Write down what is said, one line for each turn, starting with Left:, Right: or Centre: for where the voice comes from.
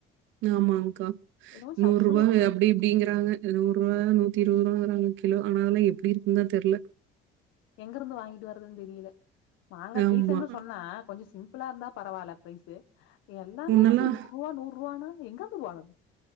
Right: ஆமாங்க்கா
Left: என்னமோ
Right: நூறு
Left: சப்புன்னு
Right: ரூபா
Left: இருக்குது.
Right: அப்டி இப்டிங்கறாங்க நூறு ரூபா நூத்தி இருவது ரூபாங்கறாங்க கிலோ ஆனா அதெல்லா எப்டி இருக்குன்தா தெர்ல
Left: எங்கிருந்து வாங்கிட்டு வர்றதுன்னு தெரில மாங்கா
Right: ஆமா.
Left: சீசன்னு சொன்னா கொஞ்சோ சிம் இப்பல்லா இருந்தா பரவால பிரைஸு எல்லாமே
Right: முன்னெல்லாம்
Left: அப்டி நூறு ரூபா நூறு ரூவான்னா எங்கிருந்து போறது